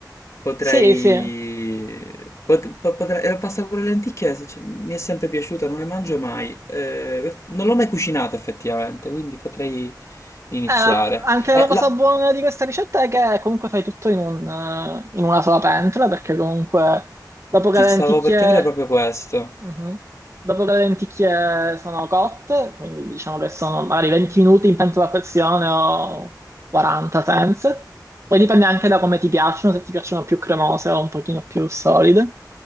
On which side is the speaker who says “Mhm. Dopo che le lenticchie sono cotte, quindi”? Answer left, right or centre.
Right